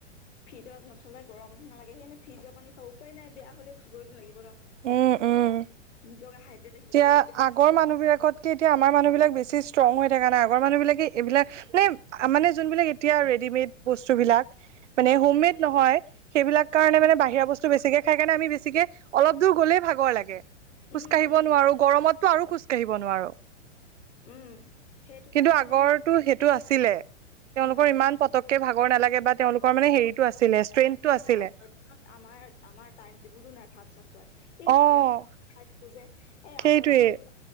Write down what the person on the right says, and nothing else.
উম, উম।
এতিয়া
আগৰ মানুহবিলাকত কে এতিয়া আমাৰ মানুহবিলাক বেছি ইষ্ট্ৰং হৈ থকা নাই, আগৰ মানুহ বিলাকে এইবিলাক মানে-মানে যোনবিলাক এতিয়া ৰেডিমেড বস্তু বিলাক মানে
হোমমেড নহয়, সেইবিলাক কাৰণে
মানে বাহিৰা বস্তু চ বেছিকে খাই কাৰণে আমি বেছিকে, অলপ দূৰ গলেই ভাগৰ লাগে, খোজ
কাঢ়িব
নোৱাৰো। গৰমত মইতো আৰু খোজ কাঢ়িব নোৱাৰো।
কিন্তু
আগৰটো
সেইটো আছিলে তেওঁলোকৰ
ইমান পতককে ভাগৰ নালাগে বা তেওঁলোকৰ মানে হেৰিটো আছিলে, ষ্ট্ৰেইন
টো
আছিলে।
অ',
সেইটোৱে।